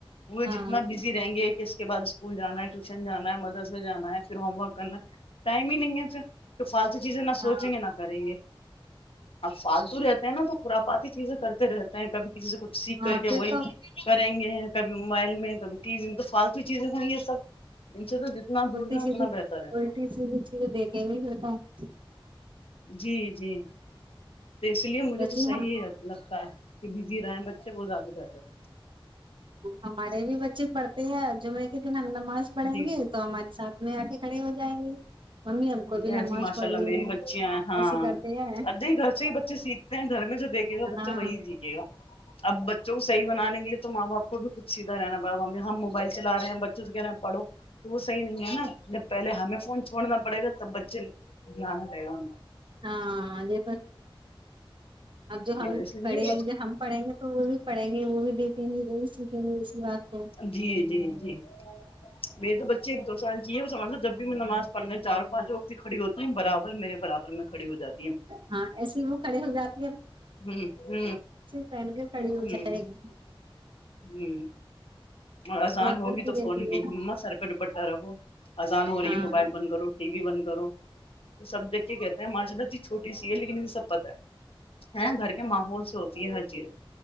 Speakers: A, on the left; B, on the right.
A: وہ
B: ہاں
A: جتنا بزی رہیں گے کے بعد اسکول جانا ہے ٹیوشن جانا ہے مدر سے جانا ہے پھر ہوم ورک کرنا ہے ٹائم ہی نہیں ہے پھر تو فالتو چیزیں نہ سوچیے
B: ہاں
A: گے نہ کریں گے اب فالتو رہتے ہیں نا تو خورافاتی چیزیں کرتے رہتے ہیں کبھی کسی سے کچھ سیکھ
B: ہاں
A: کر کے
B: پھر
A: وہی
B: تو
A: کریں گے ہیں کبھی موبائل میں کبھی ٹی وی میں تو فالتو چیزیں ہوئی یہ سب ان سے تو جتنا دور
B: الٹی
A: رہے
B: سیدھی
A: اتنا بہتر ہے
B: الٹی سیدھی چیز دیکھیں گے پھر بعد میں
A: جی جی تو اس لیے مجھے
B: ویسے
A: تو صحیح
B: ہم
A: لگتا ہے کہ بزی رہے ہیں بچے <unintelligible>
B: ہمارے بھی بچے پڑھتے ہیں جمعے کے دن ہم نماز
A: ہے
B: پڑھیں
A: جی
B: گے تو ہمارے ساتھ میں آ کے کھڑے ہو جائیں گے ممی ہم کو بھی
A: ایسے
B: نماز
A: ماشاء
B: پڑھنی
A: اللہ میری
B: ہے
A: بچیاں ہیں ہاں
B: ایسے کرتے ہیں
A: ادے ہی گھر سے ہی بچے سیکھتے ہیں گھر میں جو دیکھے گا بچہ
B: ہاں
A: وہی سیکھے گا اب بچوں صیح بنانے کے لیے تو ماں باپ کو بھی سیدھا رہنا پڑےگا اب ہم موبائل چلا رہے ہیں بچوں سے کہہ رہے پڑھو وہ صحی نہیں ہے نہ پہلے ہمیں فون چھوڑنا پڑیگا تب بچے دھیان دیگا
B: ہاں جی اب جو ہم
A: اس لیے
B: پڑیں گے ہم جو پڑھیں گے تو وہ بھی پڑھیں گے نہیں وہ بھی دیکھے گے وہی سیکھے گے اسی بات کو
A: جی جی جی میرے تو بچے ایک دو سال کے ہوئے وہ سمجھو جب بھی میں نماز پڑھنا چار پانچوں وقت کی بھی ہوتی برابر میرے برابر میں کھڑی ہو جاتی
B: ہاں ایسے ہی وہ کھڑے ہو جاتے
A: ہ ہ
B: پہن کے کھڑی ہو
A: ہ ہ
B: جائے گی
A: اور اذان
B: دعا
A: ہوگی
B: کرتی
A: تو
B: رہتی
A: فون کے
B: ہے
A: ہی ما سر پہ دپٹہ رکھو اذان ہو رہی
B: ہاں
A: ہے موبائل بند کرو ٹی وی بند کرو تو سب دیک کے کہتے ہیں ماشالہ چھوٹی سی ہے لیکن انیں سب پتتا ہے ہے گھر کے ماحول سے ہوتی ہے ہر چیز